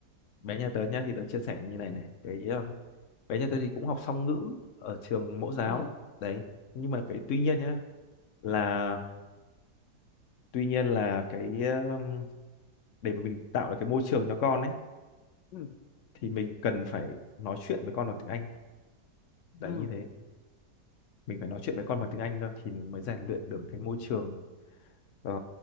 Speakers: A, on the left; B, on the left.
A: bé nhà tớ nhá thì tớ chia sẻ như này này cái um, bé nhà tớ thì cũng học song ngữ ở trường mẫu giáo
B: ừ
A: đấy nhưng mà cái tuy nhiên nhá là tuy nhiên là cái um, để mà mình tạo được cái môi trường cho con ấy
B: ừ
A: thì mình cần phải nói chuyện với con bằng tiếng Anh đấy
B: ừ
A: như thế mình phải nói chuyện với con bằng tiếng Anh thôi thì mới rèn luyện được cái môi trường ờ,